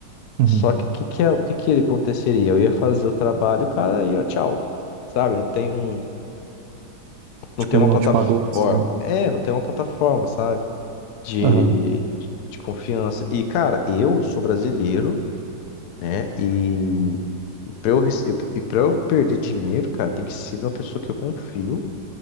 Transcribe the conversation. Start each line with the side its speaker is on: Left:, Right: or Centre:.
Right: Uhum.
Left: Só que o que que, é- o que que ele aconteceria? Eu ia fazer o trabalho, o cara ia, tchau. Sabe? Não tem um, não
Right: Tipo,
Left: tem
Right: ele
Left: uma
Right: não
Left: plataforma.
Right: te pagou assim.
Left: É, não tem uma plataforma, sabe? De,
Right: Aham.
Left: de, de confiança. E, cara, eu sou brasileiro, né? E pra eu, rece- e pra eu perder dinheiro, cara, tem que ser uma pessoa que eu confio.